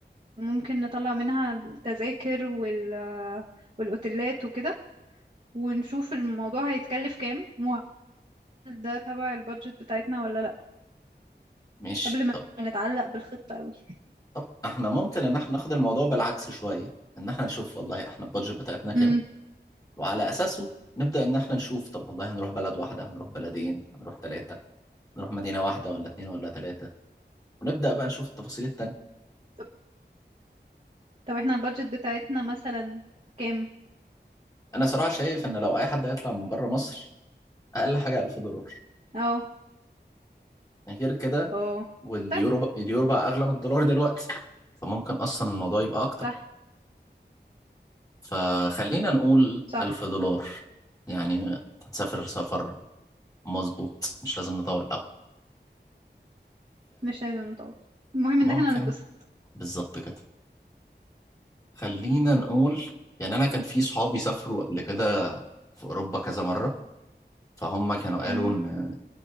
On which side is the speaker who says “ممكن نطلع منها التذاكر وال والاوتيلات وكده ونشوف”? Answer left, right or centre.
Right